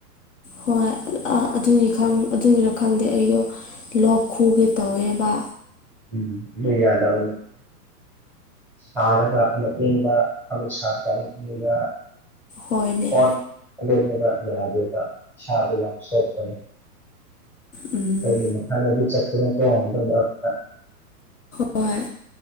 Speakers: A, on the left; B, in the centre.
A: ꯍꯣꯏ ꯑꯗꯨꯒꯤ ꯈꯪ ꯑꯗꯨꯒꯤꯔ ꯈꯪꯗꯦ ꯑꯩꯗꯣ ꯂꯣꯛ ꯈꯨꯒꯦ ꯇꯧꯋꯦꯕ
B: ꯎꯝ ꯑꯗꯨ ꯌꯥꯗꯕꯅꯦ ꯁꯥꯔꯒ ꯑꯃꯨꯛ ꯏꯪꯕ ꯑꯃꯨꯛ ꯁꯥꯔꯒ ꯑꯃꯨꯛ ꯏꯪꯕ
A: ꯍꯣꯏꯅꯦ꯫
B: ꯐꯣꯟ ꯑꯗꯨꯅꯦꯕ ꯌꯥꯗꯦꯕ ꯏꯁꯥꯗꯨ ꯌꯥꯝ ꯁꯣꯛꯄꯅꯦ꯫
A: ꯎꯝ
B: ꯑꯈꯣꯏꯒꯤ ꯃꯊꯪꯗꯗꯤ ꯆꯠꯀꯅꯨꯀꯣ ꯑꯗꯨ ꯃꯔꯛꯇ꯫
A: ꯍꯣꯏ